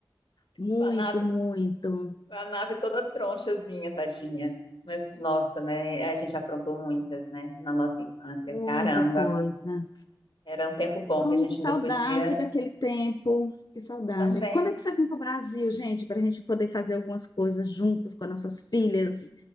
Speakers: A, on the left; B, on the left.
A: muito,
B: com a nave.
A: muito,
B: A nave toda tronchazinha, tadinha. Mas, nossa, mas a gente aprontou muitas, né? Na nossa infância.
A: muita
B: Caramba.
A: coisa.
B: Era um tempo bom
A: Ai,
B: que a gente
A: que saudade
B: ainda podia
A: daquele tempo, que saudade.
B: também.
A: Quando é que você vem para o Brasil, gente, para a gente poder fazer algumas coisas juntos com as nossas filhas?